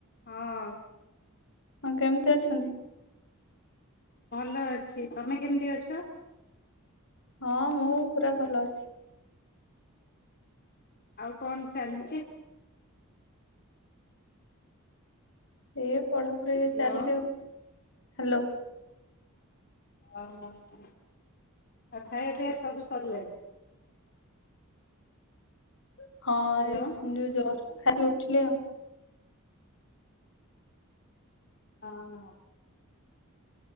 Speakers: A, on the left; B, on the left.
A: ହଁ।
B: ହଁ କେମିତି ଅଛନ୍ତି?
A: ଭଲ ଅଛି ତମେ କେମିତି ଅଛ?
B: ହଁ ମୁଁ ପୁରା ଭଲ ଅଛି।
A: ଆଉ କଣ ଚାଲିଛି?
B: ଏଇ ପଢାପଢି
A: ହ୍ୟାଲୋ।
B: ଚାଲିଛି ଆଉ ହାଲୋ।
A: ଓହୋ ଆଉ ଖାଇବା ପିଇବା ସବୁ ସରିଲାଣି?
B: <inaudible> ହଁ
A: ହ୍ୟାଲୋ।
B: ଏଇ ଯୋଉ ଜଷ୍ଟ ଖାଇକି ଉଠିଲି ଆଉ।
A: ହଁ ହଁ।